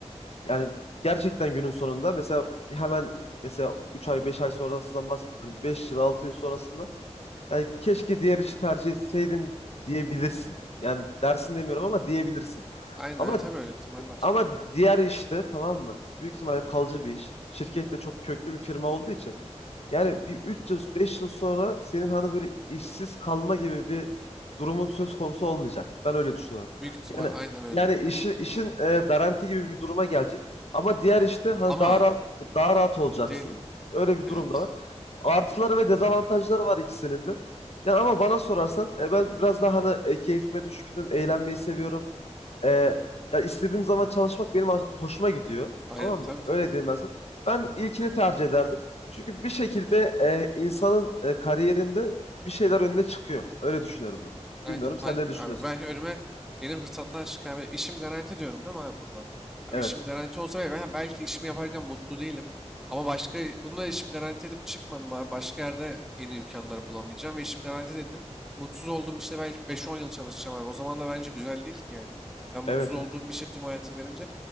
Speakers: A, on the left; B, in the centre.
A: Yani gerçekten günün sonunda mesela bir- hemen mesela 3 ay 5 ay sonrasından bahsetmiyorum. beş yıl 6 yıl sonrasında yani keşke diğer işi tercih etseydim diyebilirsin. Yani dersin demiyorum ama diyebilirsin.
B: Aynen
A: Ama
B: öyle
A: Yani
B: tabii öyle ihtimal var.
A: ama diğer işte tamam mı? Büyük ihtimalle kalıcı bir iş. Şirket de çok köklü bir firma olduğu için. Yani bir 3 yıl 5 yıl sonra senin hani böyle işsiz kalma gibi bir durumun söz konusu olmayacak. Ben öyle düşünüyorum.
B: Büyük ihtimal
A: Yani
B: aynen öyle.
A: yani işi, işin e, garanti gibi bir duruma gelecek. Ama diğer işte hani
B: Ama
A: daha rahat daha rahat olacaksın.
B: diyelim
A: Öyle bir
B: evet.
A: durum da var artıları ve dezavantajları var ikisinin de. Yani ama bana sorarsan e, ben biraz daha hani e, keyfime düşkünüm, eğlenmeyi seviyorum. E, ya istediğim zaman çalışmak benim hoş- hoşuma gidiyor.
B: Aynen
A: Tamam
B: tabii
A: mı? Öyle
B: tabii.
A: diyeyim ben sana. Ben ilkini tercih ederdim. Çünkü bir şekilde e, insanın e, kariyerinde bir şeyler önüne çıkıyor. Öyle düşünüyorum ben.
B: Aynen.
A: Bilmiyorum sen
B: Aynen
A: ne düşünüyorsun?
B: abi. Ben önüme yeni fırsatlar çıkar. Ben İşim garanti diyorum değil mi abi burada? Abi
A: Evet.
B: işim garanti olsa ve ben belki işimi yaparken mutlu değilim. Ama başka bunda işim garanti dedim çıkmadım abi. Başka yerde yeni imkanlar bulamayacağım ve işim garanti dedim. Mutsuz olduğum işte belki 5-10 yıl çalışacağım abi. O zaman da bence güzel değil ki yani. Ben mutsuz
A: Evet,
B: olduğum
A: evet.
B: bir şey tüm hayatım verince.